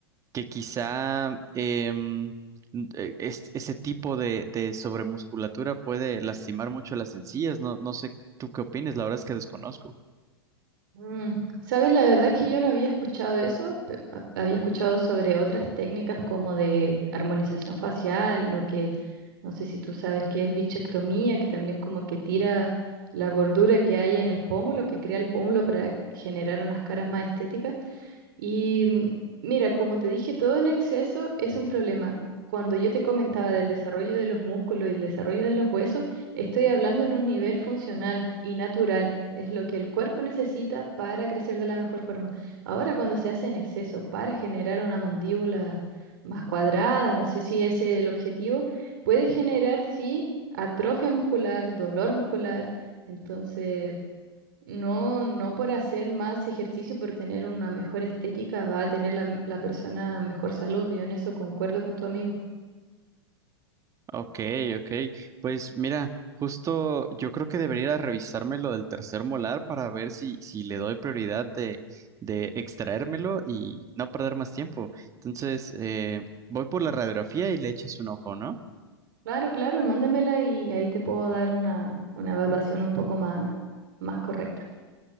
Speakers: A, on the right (about 25°); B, on the right (about 55°).
A: que quizá em, eh, es- ese tipo de, de sobremusculatura puede lastimar mucho las encías. No, no sé tú qué opinas, la verdad es que desconozco.
B: Mm, Sabes, la verdad es que yo no había escuchado eso, pe- a- había escuchado sobre otras técnicas como de armonización facial, lo que no sé si tú sabes que es bichectomía, que también como que tira la gordura que hay en el pómulo, que crea el pómulo para generar unas caras más estéticas, y mm, mira, como te dije, todo en exceso es un problema. Cuando yo te comentaba del desarrollo de los músculos y el desarrollo de los huesos, estoy hablando en un nivel funcional y natural. Es lo que el cuerpo necesita para crecer de la mejor forma. Ahora, cuando se hace en exceso para generar una mandíbula más cuadrada, no sé si ese es el objetivo, puede generar, sí, atrofia muscular, dolor muscular. Entonces... No, no por hacer más ejercicio, por tener una mejor estética, va a tener la, la persona mejor salud. Yo en eso concuerdo con tu amigo.
A: Ok, ok. Pues mira, justo yo creo que debería ir a revisarme lo del tercer molar para ver si, si le doy prioridad de, de extraérmelo y no perder más tiempo. Entonces, eh, voy por la radiografía y le echas un ojo, ¿no?
B: Claro, claro, mándamela y ahí te puedo dar una, una evaluación un poco más, más correcta.